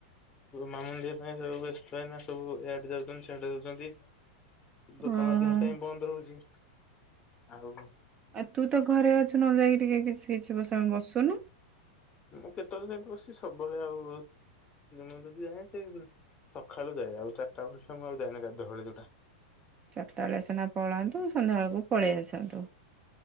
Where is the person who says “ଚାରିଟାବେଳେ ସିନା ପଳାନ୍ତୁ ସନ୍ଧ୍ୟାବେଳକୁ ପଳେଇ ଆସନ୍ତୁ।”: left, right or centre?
Right